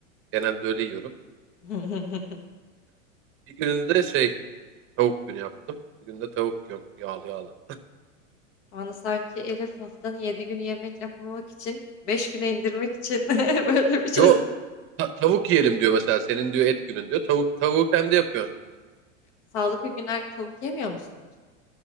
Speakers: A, on the right; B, on the left.
A: Genelde öyle yiyorum.
B: <laughs>
A: Bir gününde de şey tavuk günü yaptım. Bir günde tavuk yiyorum. Yağlı yağlı.
B: bana sanki Elif haftanın 7 günü yemek yapmamak için 5 güne indirmek için <laughs> böyle bir çözüm.
A: Yo ta- tavuk yiyelim diyor mesela. Senin diyor et günün diyor. Tavuk tavuğu kendi yapıyor.
B: Sağlıklı günlerde tavuk yemiyor musunuz?